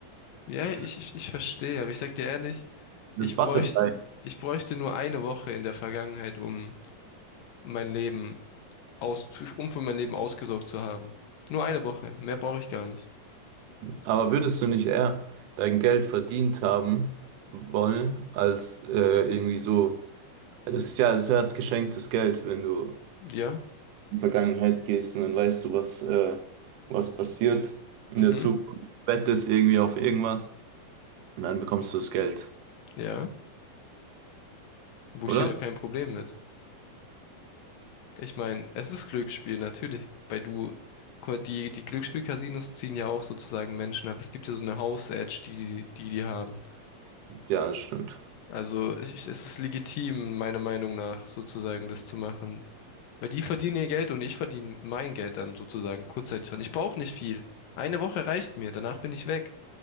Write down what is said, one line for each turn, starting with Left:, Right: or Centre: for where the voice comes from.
Left: Ja, ich,
Right: Es gibt
Left: ich, ich verstehe, aber ich sag dir ehrlich,
Right: dieses
Left: ich
Right: Butterfly.
Left: bräuchte, ich bräuchte nur eine Woche in der Vergangenheit, um mein Leben aus, um für mein Leben ausgesorgt zu haben. Nur eine Woche, mehr brauche ich gar nicht.
Right: Aber würdest du nicht eher dein Geld verdient haben wollen, als äh, irgendwie so. Das ist ja, als wäre es geschenktes Geld, wenn du
Left: Ja,
Right: in die Vergangenheit gehst und dann weißt du, was, äh, was passiert in
Left: mhm,
Right: der Zukunft. Wettest irgendwie auf irgendwas und dann bekommst du das Geld,
Left: ja. Wo ich
Right: oder?
Left: sehe da kein Problem mit. Ich meine, es ist Glücksspiel, natürlich. Weil du, guck mal, die, die Glücksspiel-Casinos ziehen ja auch sozusagen Menschen ab. Es gibt ja so eine House-Edge, die, die die die haben.
Right: Ja, das stimmt.
Left: Also ich, ich- es ist legitim, meiner Meinung nach, sozusagen das zu machen. Weil die verdienen ihr Geld und ich verdiene mein Geld dann sozusagen kurzzeitig dran. Ich brauche nicht viel. Eine Woche reicht mir, danach bin ich weg.